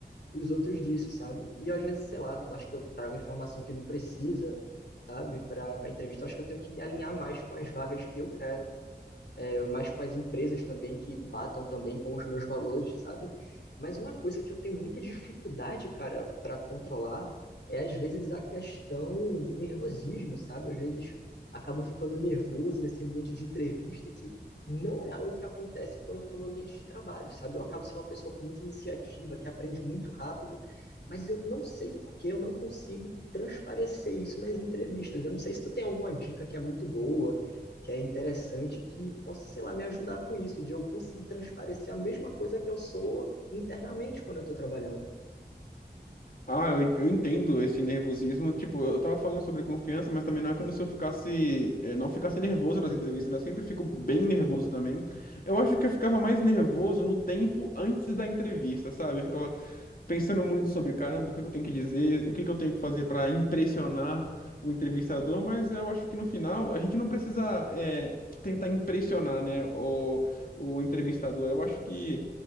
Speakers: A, on the left; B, on the left.
A: os outros disso, sabe? E às vezes, sei lá, acho que eu trago informação que não precisa, sabe, para para entrevista. Acho que eu tenho que me alinhar mais com as vagas que eu quero, é, mas com as empresas também que batam também com os meus valores, sabe? Mas uma coisa que eu tenho muita dificuldade, cara, para controlar é às vezes a questão do nervosismo, sabe? Às vezes acabo ficando nervoso nesse ambiente de entrevista que não é algo que acontece quando eu estou no ambiente de trabalho, sabe? Eu acabo sendo uma pessoa com muita iniciativa, que aprende muito rápido, mas eu não sei por que eu não consigo transparecer isso nas entrevistas. Eu não sei se tu tem alguma dica que é muito boa que é interessante que possa, sei lá, me ajudar com isso, de eu conseguir transparecer a mesma coisa que eu sou internamente quando eu estou trabalhando.
B: Ah, eu, eu entendo esse nervosismo. Tipo, eu tava falando sobre confiança, mas também não é como se eu ficasse, eh, não ficasse nervoso nas entrevistas, né? Eu sempre fico bem nervoso
A: Sim,
B: também. Eu acho que eu ficava mais nervoso no tempo antes da entrevista, sabe? Eu ficava pensando muito sobre, caramba, o que que eu tenho que dizer, o que que eu tenho que fazer para impressionar o entrevistador, mas eu acho que no final a gente não precisa é, tentar impressionar, né, o, o entrevistador. Eu acho que